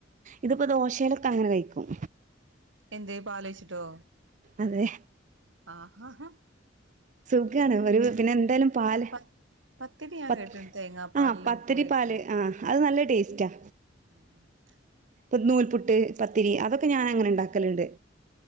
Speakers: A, on the right (about 40°); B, on the right (about 80°).
A: ഇതിപ്പോ ദോശയിലൊക്കെ അങ്ങനെ കഴിക്കും
B: എന്തേ പാലിയിച്ചിട്ടോ
A: അതെ
B: ആഹഹ
A: സുഖാണ് ഒരു പിന്നെ എന്തായാലും പാല്
B: പ പത്തിരി ഞാൻ
A: പ
B: കേട്ടിണ്ട് തേങ്ങാപ്പാലില്
A: ആ പത്തരി
B: മുക്കി കഴിക്കുന്നു
A: പാല് ആ അത് നല്ല ടേസ്റ്റാ
B: <inaudible>
A: ഇപ്പം നൂൽപുട്ട് പത്തിരി അതൊക്കെ ഞാൻ അങ്ങനെണ്ടാക്കും ട്